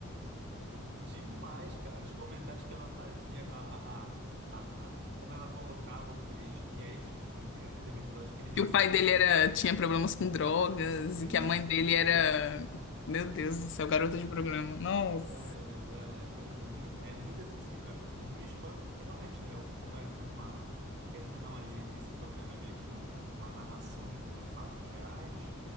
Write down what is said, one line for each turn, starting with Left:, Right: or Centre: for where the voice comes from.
Right: Demais, cara, os comentários que ela fazia, a, a, a, a, a- como ela colocava o Chris, e aí, tipo, foi muito engra- teve um episódio que ele meio
Left: Que o
Right: que se
Left: pai
Right: aproximou.
Left: dele era, tinha problemas com drogas
Right: Sim,
Left: e que a mãe
Right: sim.
Left: dele era. Meu Deus do céu, garota de programa. Nossa.
Right: Vai, velho, olha, meu- é muito, é muito assim, assim, eu eu não me espanto porque realmente, né, como é é uma, querendo ou não ali, esse programa é meio que um- uma narração de, um- de fatos reais,